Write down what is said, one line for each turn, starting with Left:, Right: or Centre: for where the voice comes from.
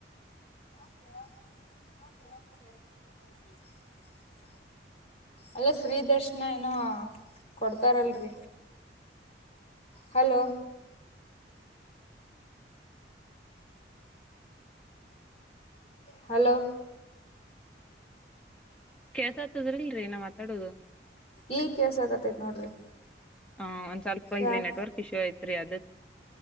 Left: ಕ <unintelligible> ಅಲ್ಲ ಫ್ರೀ ದರ್ಶನ ಏನೋ ಕೊಡ್ತಾರಲ್ರಿ ಹಲೋ ಹಲೋ
Centre: ಕೆಸ ಆತದ್ರ ಇಲ್ರರಿ ನಾವ್ ಮಾತಾಡೋದು
Left: ಈಗ್ ಕೆಸ ಆಗತೈತ್ ನೋಡ್ರಿ
Centre: ಹ ಒಂದ್ ಸ್ವಲ್ಪ ಇಲ್ಲಿ
Left: ಯಾಕ
Centre: ನೆಟ್ವರ್ಕ್ ಇಶೂ ಐತ್ರಿ ಅದ